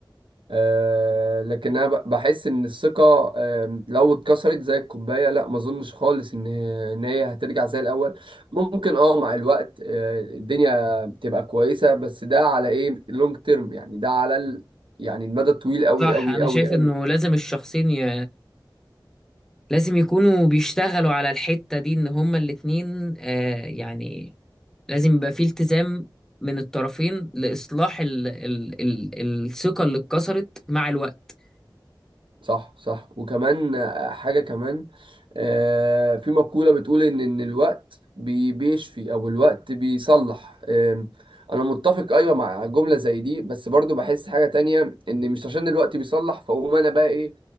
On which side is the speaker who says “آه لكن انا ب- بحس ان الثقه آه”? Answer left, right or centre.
Right